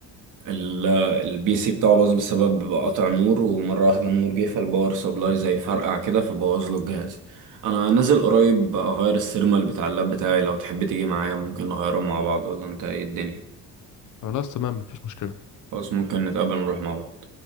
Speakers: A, on the right (about 60°); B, on the left (about 60°).
A: ال- البي سي بتاعه باظ بسبب قطع نور ومرة واحدة النور جه فالباور سبلاي زي فرقع كده فبوظ له الجهاز انا نازل قريب اغير السيرمال بتاع اللاب بتاعي لو تحب تيجي معايا ممكن نغيرهم مع بعض ولا انت ايه الدنيا
B: خلاص تمام مفيش مشكلة
A: خلاص ممكن نتقابل نروح مع بعض